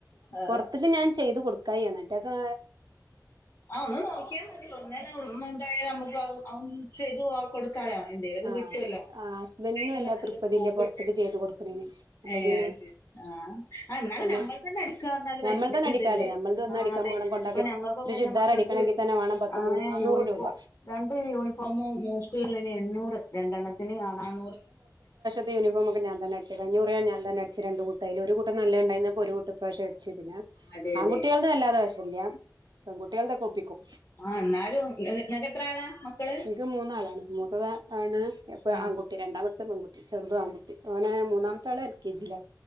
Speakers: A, on the left; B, on the right.
A: ആ
B: പുറത്തേക്ക് ഞാൻ ചെയ്ത് കൊടുക്കായി എന്റൊക്കെ
A: ആ ഒന്ന് നോക്കിയാ മതി ഒന്ന ഇണ്ടായ എന്തായാലും <unintelligible> നമുക്ക് ചെയ്തു കൊടു ക്കാലോ എന്തേലും ഒക്കെ
B: ആഹ്
A: കിട്ടുവല്ലോ
B: ആഹ് ഹസ്ബൻഡിനും
A: ഒക്കെ അയിനൊക്കെ
B: വല്ലാ
A: നല്ല
B: തൃപ്പതില്ല
A: സ്കോപ്പുണ്ട്
B: പൊറത്ത്ക്ക് ചെയ്ത് കൊടുക്കണേന് അപ്പൊ
A: ഏ
B: പിന്നെ
A: അത് ശരി ആ എന്നാലും
B: പിന്നെ
A: നമ്മ തന്നെ അടിക്കാന്നാല്
B: ഞമ്മൾ
A: വല്യതല്ലേ
B: തന്നെ അടിക്കാല്ലോ ഞമ്മൾത് ഒന്ന്
A: ആ
B: അടിക്കാൻ
A: അതെ
B: പോണം കൊണ്ടാക്കി
A: അപ്പൊ ഞങ്ങൾക്കൊക്കെ
B: ഒരു ചുരിദാർ
A: ന്റെ മക്കക്ക്
B: അടിക്കണമെങ്കിൽ തന്നെ വേണം പത്ത്
A: ആ
B: മു നാന്നൂറ്
A: യൂണിഫോം
B: രൂപ
A: രണ്ട് യൂണിഫോമോ മോക്കുകളിന് എണ്ണൂറ് രണ്ടെണ്ണത്തിന ആണ്ലെ
B: യൂണഫോമൊക്കെ ഞൻ തന്ന അടിച്ച കയിഞ്ഞ കുറെ ഞാൻ തന്നെ അടു രണ്ട് കൂട്ട് അയിൽ ഒരു കൂട്ട നല്ല ഉണ്ടായിന്നപ്പോ ഒരുകൂട്ട് ഇപ്രാവിശ്യം അടിച് പിന്നെ
A: അതെ
B: ആൺകുട്ടിൾത്
A: അതെ
B: വല്ലാതെ വശല്ല പെൺകുട്ടിൾത്ഒപ്പിക്കും
A: ആഹ ന്നാലുംങ്ങക്ക് എത്ര ആളാ മക്കള്?
B: എനിക്ക് മൂന്നാളാണ് മൂത്തത് ആണ് ഇപ്പ
A: ആ
B: ആൺകുട്ടി. രണ്ടാമത്തെ പെൺകുട്ടി. ചെറുത് ആൺകുട്ടി ഓന് മൂന്നാമത്തെ ആള് എൽ കെ ജി ല